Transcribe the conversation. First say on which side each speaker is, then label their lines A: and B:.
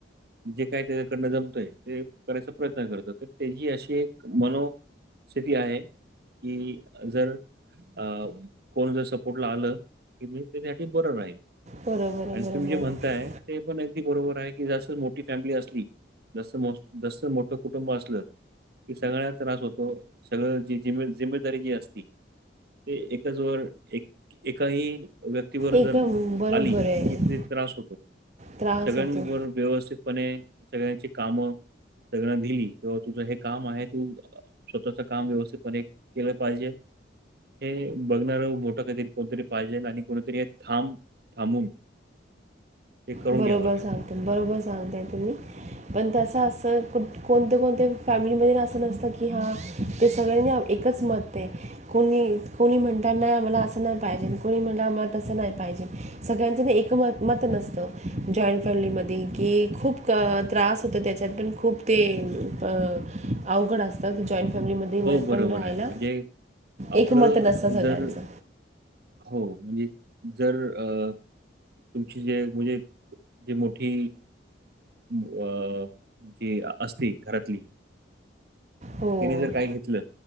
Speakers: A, on the right; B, on the right.
A: जे कायं त्यांच्याकडं नं जमतंय ते करांयचा प्रयंत्न करतो तरं त्यांची अशी मनो- -स्थिती आहे की जरं अं कोणं जरं सपोर्टला आलं की मी त्यांसाठी बरं राहील
B: बरोबर आहे
A: आणि
B: बरोबर
A: तुम्हीं जे म्हणतांय
B: आहे
A: ते पणं अगदी बरोबर आहे की जसं मोठी फॅमिली असली जास्तं जास्तं मोठं कुटुंब असलं की सगळ्याना त्रास होतो, सगळं जी ज जिमेदारी जी असती एकच वर एका ही व्यक्तीवर जर
B: एकदम बरोबर
A: आली, की
B: आहे
A: ते त्रास होतो
B: त्रास
A: सगळ्यांनवर
B: होतो
A: व्यवस्थित पणे सगळ्यांची कामं सगळ दिली तेव्हा तुझं हे काम आहे तू स्वतःच काम व्यवस्थितपणे केलं पाहिजे, हे बघणार मोठं कधी कोणतरी पाहिजेल आणि कोणीतरी एक थांब थांबून ते करून
B: बरोबर
A: घ्यावं
B: सांगत
A: लागतं.
B: बरोबर सांगताय तुम्ही पण तसं असं, कोणत्या कोणत्या फॅमिलीमध्ये असं नसतं
A: हो,
B: की हां की सगळ्यांनी एकच मत हे कोणी, कोणी म्हणतात ना मला असं नाही पाहिजेल कोणी म्हणणार आम्हाला तसं नाही पाहिजेल सगळ्यांच एकमत, मत नसतं जॉईंट फॅमिलीमध्ये की खूप त्रास होतो त्याच्यात पण खूप ते अवघड असतं की जॉईंट फॅमिलीमध्ये मिळ
A: बरोबर
B: पण राहायला
A: आहे. म्हणजे आपलं
B: एकमत नसतं सगळ्यांचं
A: जर हो म्हजी जर अ तुमची जे म्हणजे, जी मोठी अ, जी असती घरातली
B: हो
A: तिने जर काय घेतलं